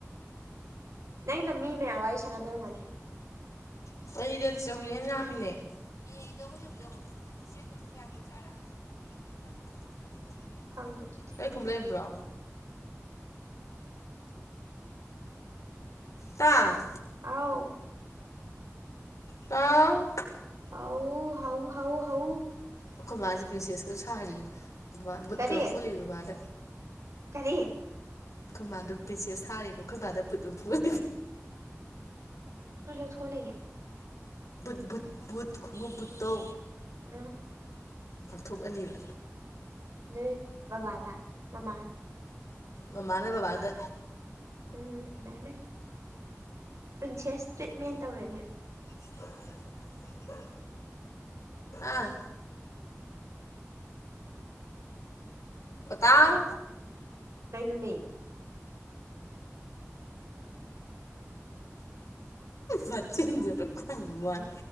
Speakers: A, on the right (about 70°); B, on the left (about 85°).
A: ꯅꯪꯗꯣ ꯃꯤ ꯃꯌꯥꯝ ꯋꯥꯔꯤ ꯁꯥꯟꯅꯕꯔꯝꯒꯅꯤ
B: <unintelligible> ꯌꯥꯔꯥ ꯅꯪ ꯍꯂ ꯂꯧꯖꯦ ꯇꯝꯣ
A: ꯈꯪꯗꯦ ꯑꯗꯨꯗꯤ
B: ꯀꯨꯝꯂꯦꯕ꯭ꯔꯥ ꯇꯥ
A: ꯑꯥꯎ
B: ꯍꯥꯏ
A: ꯍꯥꯎ ꯍꯥꯎ ꯍꯥꯎ ꯍꯥꯎ
B: ꯑꯩꯈꯣꯏ ꯃꯥꯁꯦ ꯄ꯭ꯔꯤꯟꯁꯦꯁꯀꯥ ꯁꯥꯔꯤꯌꯦ ꯕꯕꯥ ꯕꯨꯠꯀ
A: ꯀꯔꯤ
B: ꯂꯧꯊꯣꯛꯍꯜꯂꯦ ꯕꯕꯥꯗ
A: ꯀꯔꯤ
B: ꯑꯈꯣꯏ ꯃꯥꯗꯣ ꯄꯔꯤꯟꯁꯦꯁ ꯁꯥꯔꯤꯕ ꯑꯈꯣꯏ ꯕꯥꯗ ꯕꯨꯠ ꯂꯧꯊꯣꯛꯍꯜꯂꯤꯕꯥ
A: ꯄꯨꯣꯏ ꯂꯧꯊꯣꯛꯂꯑꯦ
B: ꯕꯨꯠ ꯕꯨꯠ ꯕꯨꯠ ꯈꯨꯡꯉꯨꯞ ꯕꯨꯠꯇꯣ
A: ꯑ
B: ꯉꯥꯛꯊꯣꯛꯍꯜꯂꯤꯕ
A: ꯅꯣꯏ ꯕꯕꯥꯗ ꯃꯃꯥ
B: ꯃꯃꯥꯅꯥ ꯕꯕꯥꯗ
A: ꯎꯝ ꯃꯥꯅꯦ ꯄ꯭ꯔꯤꯟꯁꯦꯁ ꯇ꯭ꯔꯤꯠꯃꯦꯟ ꯇꯧꯔꯦꯅꯦ
B: <unintelligible> ꯑꯥ ꯄꯇꯥꯥꯡ
A: ꯀꯩꯅꯣꯃꯤ <unintelligible>
B: ꯃꯆꯤꯟꯖꯦ ꯌꯥꯝ ꯋꯥꯅꯤ